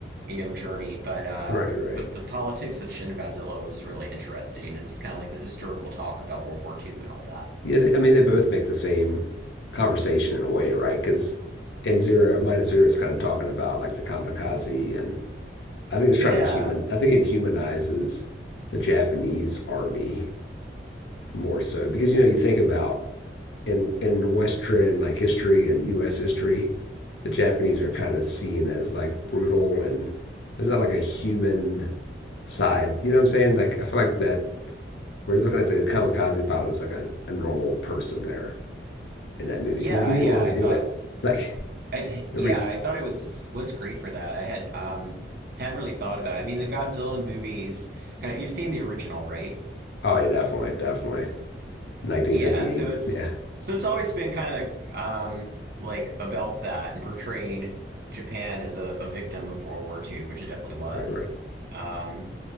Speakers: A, on the right (about 50°); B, on the left (about 75°).
A: you know, journey. But uh,
B: Right. Right.
A: but the politics of Shin Godzilla was really interesting and it's kind of like the historical talk about World War II and all that.
B: Yeah. They, I mean, they both make the same conversation in a way, right? Because in zero minus zero is kind of talking about like the kamikaze and I think it's
A: Yeah,
B: trying to human. I think it humanizes the Japanese army more so because you know you think about in in Western like history and U.S. history, the Japanese are kind of seen as like brutal and there's not like a human side. You know what I'm saying? Like I feel like that we're looking at the kamikaze pilot as like a, a normal person there in that movie
A: yeah,
B: because he didn't
A: yeah.
B: want
A: I
B: to do
A: thought
B: it. Like
A: I
B: <laughs>
A: yeah,
B: every
A: I thought it was was great for that. I had um hadn't really thought about it. I mean, the Godzilla movies kind of you've seen the original, right?
B: oh yeah definitely definitely 1958
A: Yeah, so it's
B: yeah
A: so it's always been kind of um like about that and portraying Japan as a, a victim of World War Two, which it definitely was.
B: right
A: Um,